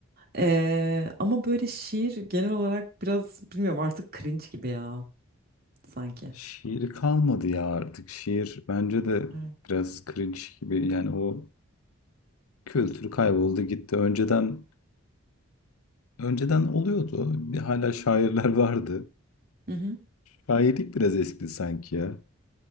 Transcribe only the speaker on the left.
Şiiri kalmadı ya artık. Şiir bence de
biraz cringe gibi. Yani o kültürü kayboldu gitti. Önceden önceden oluyordu. Bir hala şairler <laughs> vardı.
Şairlik biraz eskidi sanki ya.